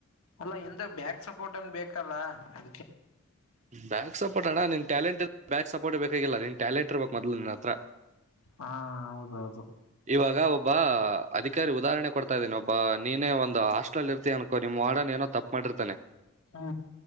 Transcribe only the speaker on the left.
ಅಲ್ಲ ಎಂದ ಬ್ಯಾಕ್ ಸಪೋರ್ಟ್ ಅಏನ್ ಬೇಕಲ್ಲ ಅ
ಹಾ ಹೌದೌದು
ಹಾ